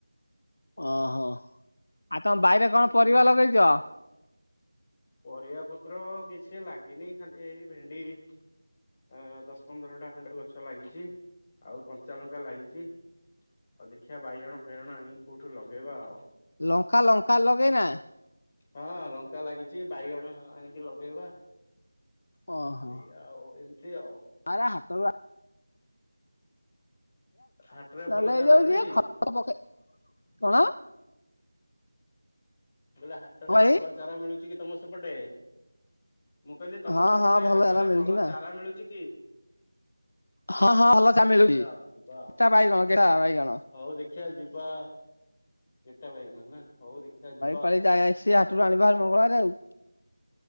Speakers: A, on the left; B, on the left.
A: ଓହୋ ଆଉ ତମ ବାଇରେ କଣ
B: ବହୁତ
A: ପରିବା ଲଗେଇଛ?
B: ପରିବା ପତ୍ର କିଛି ଲାଗିନି ଖାଲି ଏଇ ଭେଣ୍ଡି ଅ ଦଶ ପନ୍ଦରଟା ଖଣ୍ଡେ ଗଛ ଲାଗିଛି ଆଉ କଞ୍ଚା ଲଙ୍କା ଲାଗିଛି। ଆଉ ଦେଖିବା ବାଇଗଣ ଫାଇଗଣ ଆଣିକି କୋଉଠୁ ଲଗେଇବା ଆଉ?
A: ଲଙ୍କା ଲଙ୍କା ଲଗେଇ ନା?
B: ହଁ ଲଙ୍କା ଲାଗିଛି ବାଇଗଣ ଆଣିକି ଲଗେଇବା।
A: ଓହୋ
B: ଏଇା ଆଉ ଏମିତି ଆଉ।
A: ଆରେ ହାଟରୁ
B: ହାଟରେ
A: ଦଉଛି
B: ଭଲ ଚାରା
A: <unintelligible>
B: ମିଳୁଛି?
A: ଖତ ପକେଇ କଣ
B: ବୋଲେ ହାଟ ରେ
A: ଭାଇ
B: ଭଲ ଚାରା ମିଳୁଛି କି ତମ ସେପଟେ? ମୁଁ କହିଲି ତମ
A: ହଁ
B: ସେପଟେ
A: ହଁ ଭଲ
B: ହାଟ
A: ଚାରା
B: ରେ
A: ମିଳୁଛି
B: ଭଲ
A: ନା
B: ଚାରା ମିଳୁଛି କି? ହଉ
A: ହଁ ହଁ
B: ହଉ
A: ଭଲ ଚାରା ମିଳୁଛି।
B: ଦେଖିବା ଆଉ ଯିବା ଆଉ
A: ଗେଟା ବାଇଗଣ ଗେଟା ବାଇଗଣ
B: ହଉ ଦେଖିବା ଯିବା। ଗେଟା ବାଇଗଣ ନା ହଉ ଦେଖିବା ଯି-
A: କାଳେ ଯାଇ ସିଏ ହାଟରୁ ଆଣିବା ମଙ୍ଗଳବାରେ ଆଉ।